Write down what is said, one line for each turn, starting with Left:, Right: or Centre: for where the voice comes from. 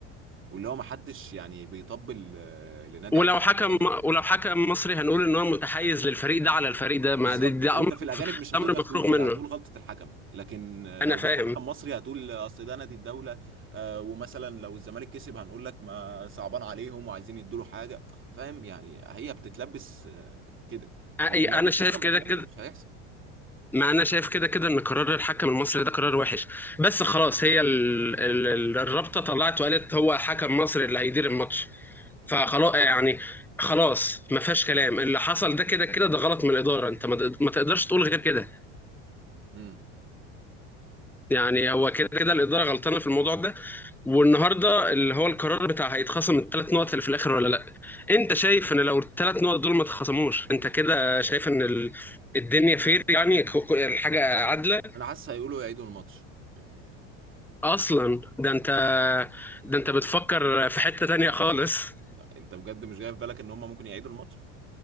Right: واللي هو ما حدش يعني بيطبل آه، لنادي
Centre: ولو
Right: على حساب
Centre: حكم
Right: التاني
Centre: ولو حكم مصري هنقول ان هو متحيز للفريق ده على الفريق ده ما
Right: بالظبط
Centre: ده, ده
Right: انت
Centre: امر
Right: في الاجانب
Centre: ده
Right: مش هتقدر
Centre: امر
Right: تقول
Centre: مفروغ
Right: كده
Centre: منه
Right: هتقول غلطة الحكم لكن لو
Centre: انا فاهم
Right: جبت حكم مصري هتقول اصل ده نادي الدولة آه، ومثلا لو الزمالك كسب هنقول لك ما صعبان عليهم وعايزين يدوا له حاجة فاهم يعني هي بتتلبس آه، كده
Centre: أي-
Right: لكن لو
Centre: انا
Right: جبت
Centre: شايف
Right: حكم
Centre: كده
Right: اجنبي
Centre: كده
Right: مش هيحصل
Centre: ما انا شايف كده كده ان قرار الحكم المصري ده قرار وحش بس خلاص هي ال... ال... ال- الرابطه طلعت وقالت هو حكم مصري اللي هيدير الماتش فخلاص يعني خلاص ما فيهاش كلام اللي حصل ده كده كده ده غلط من الاداره انت ما تقد- ما تقدرش تقول غير كده
Right: امم
Centre: يعني هو كده كده الاداره غلطانه في الموضوع ده والنهارده اللي هو القرار بتاع هيتخصم الثلاث نقط اللي في الاخر ولا لا انت شايف ان لو الثلاث نقط دول ما اتخصموش انت كده شايف ان ال... الدنيا فير يعني ك- ك- الحاجه عادله
Right: انا حاسس هيقولوا يعيدوا الماتش يعني
Centre: اصلا ده انت ده انت بتفكر في حتة تانية خالص
Right: لا، انت بجد مش جاي في بالك ان هم ممكن يعيدوا الماتش